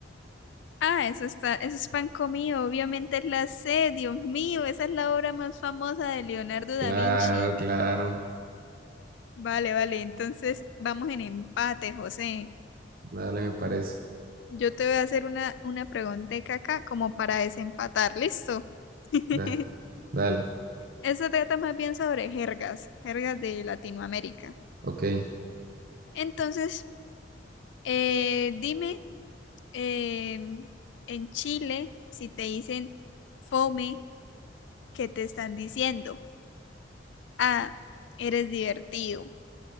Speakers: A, on the left; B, on the right.
A: Ah, eso está, eso es pan comido. Obviamente es la C, Dios mío, esa es la obra más famosa de Leonardo
B: Claro,
A: da Vinci.
B: claro.
A: Vale, vale. Entonces vamos en empate, José.
B: Dale, me parece.
A: Yo te voy a hacer una, una pregunteca acá como para desempatar. ¿Listo? <laughs>
B: Da- dale,
A: Eso trata más bien sobre jergas, jergas de Latinoamérica.
B: ok.
A: Entonces, eh, dime, em, en Chile, si te dicen fome, ¿qué te están diciendo? A, eres divertido.